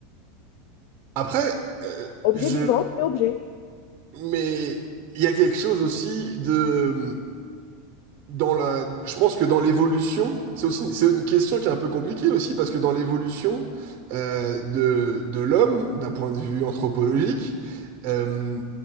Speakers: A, on the right; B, on the left.
A: Après, euh,
B: Objets
A: je...
B: vivants, mais objets.
A: Mais il y a quelque chose aussi de... Dans la... Je pense que dans l'évolution, c'est aussi c'est une question qui est un peu compliquée aussi, parce que dans l'évolution euh, de, de l'homme, d'un point de vue anthropologique, euh,